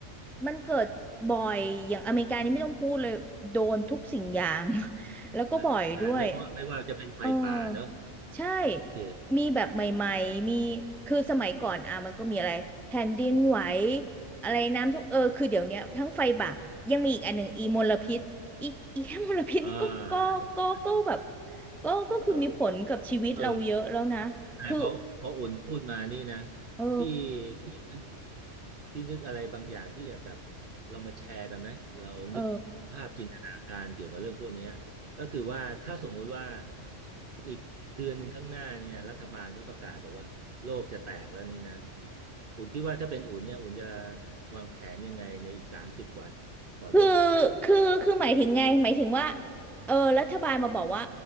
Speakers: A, in the centre; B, on the right (about 50°).
A: มันเกิดบ่อยอย่างอเมริกานี่ไม่ต้องพูดเลยโดนทุกสิ่งอย่าง <laughs> แล้วก็บ่อยด้วย
B: ใช่ใช่ไม่ว่าไม่ว่าจะเป็นไฟป่าเนอะ
A: เออใช่
B: โอเค
A: มีแบบใหม่ๆมีคือสมัยก่อนอ่ะมันก็มีอะไรแผ่นดินไหวอะไรน้ำท่วมเออคือเดี๋ยวเนี้ยทั้งไฟป่ายังมีอีกอันหนึ่งอีมลพิษอีอีแค่มลพิษนี่ก็ก็ก็ก็แบบ
B: อ่าในสำคัญส
A: ก็ก็คือมีผลกับชีวิตเราเยอะแล้วนะคือ
B: ำเออเออ ใช่เพราะเพราะอุ่นพูดมานี่นะ
A: เออ
B: ที่ที่นึกที่นึกอะไรบางอย่างที่จะแบบเรามาแชร์กันไหมเรานึกภาพจินตนาการเกี่ยวกับเรื่องพวกเนี้ยก็คือว่าถ้าสมมุติว่า
A: เออ
B: อีกเดือนหนึ่งข้างหน้าเนี่ยรัฐบาลเขาประกาศบอกว่าโลกจะแตกแล้วนี่นะอุ่นคิดว่าถ้าเป็นอุ่นเนี่ยอุ่นจะวางแผนยังไงในอีกสามสิบวันก่อนโลกจะแตกเนี่ย
A: คือคือคือหมายถึงไงหมายถึงว่าเออรัฐบาลมาบอกว่า